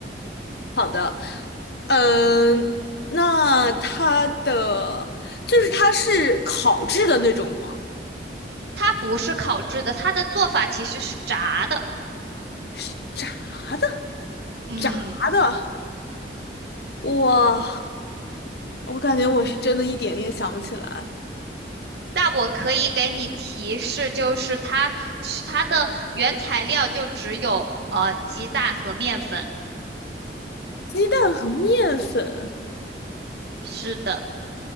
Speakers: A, on the left; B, on the right.
A: 好的，嗯，那它的就是它是烤制的那种吗？
B: 它不是烤制的，它的做法其实是炸的。
A: 是炸的？
B: 嗯。
A: 炸的，哇，我感觉我是真的一点也想不起来。
B: 那我可以给你提示，就是它是它的原材料就只有呃鸡蛋和面粉。
A: 鸡蛋和面粉，
B: 是的，